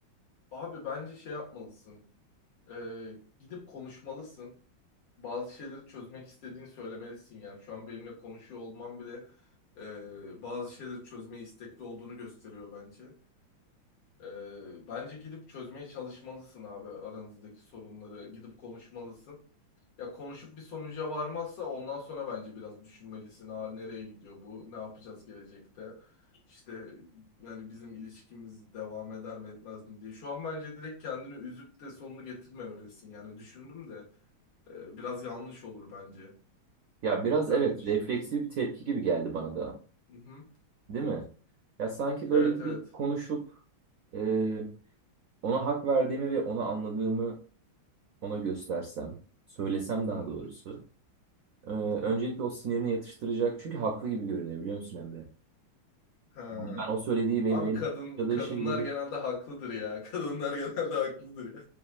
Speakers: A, on the left; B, on the right.
A: Abi bence şey yapmalısın. Eee, gidip konuşmalısın. bazı şeyleri çözmek istediğini söylemelisin. Yani şu an benimle konuşuyor olman bile e, bazı şeyleri çözmeye istekli olduğunu gösteriyor bence. E, bence gidip çözmeye çalışmalısın abi aranızdaki sorunları. Gidip konuşmalısın. Ya konuşup bir sonuca varmazsa ondan sonra bence biraz düşünmelisin. Aa, nereye gidiyor bu? Ne yapacağız gelecekte? İşte yani bizim ilişkimiz devam eder mi etmez mi diye. Şu an bence direkt kendini üzüp de sonunu getirmemelisin. Yani düşündüm de e, biraz yanlış olur bence.
B: Ya biraz
A: Sen
B: evet
A: ne düşünüyorsun?
B: refleksif bir tepki gibi geldi bana da
A: Hı hı.
B: değil mi? Ya sanki
A: Evet
B: böyle gidip
A: evet.
B: konuşup e, ona hak verdiğimi ve onu anladığımı ona göstersem, söylesem daha
A: Hı hı.
B: doğrusu. Ee, öncelikle
A: hı.
B: o sinirine yatıştıracak. Çünkü haklı gibi görünüyor biliyor musun Emre?
A: Ha.
B: Yani ben o söylediği ve
A: Abi
B: benim
A: kadın
B: yaşadığı
A: kadınlar
B: şeyleri
A: genelde haklıdır ya. <laughs> Kadınlar genelde haklıdır ya.